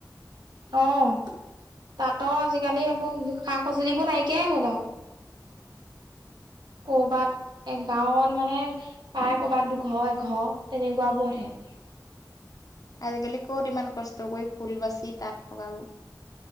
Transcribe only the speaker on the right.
অ', তাতো আজি কালি সেইবোৰ সা-সঁজুলিবোৰ নাইকিয়াই হ'ল আৰু। ক'ৰবাত এ গাঁৱত মানে প্ৰায় ক'বাত দুঘৰ এঘৰ তেনেকুৱাবোৰত হে।